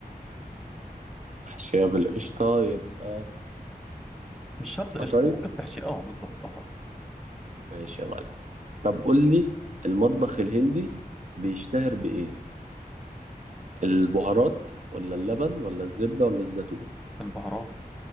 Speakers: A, on the right (about 50°); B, in the centre.
A: محشية بالقشطة يبقى
B: مش شرط
A: قطايف
B: قشطة ممكن تحشي اه بالظبط قطايف
A: ماشي يا معلم طب قول لي المطبخ الهندي بيشتهر بإيه؟ البهارات ولا اللبن ولا الزبدة ولا الزيتون؟
B: البهارات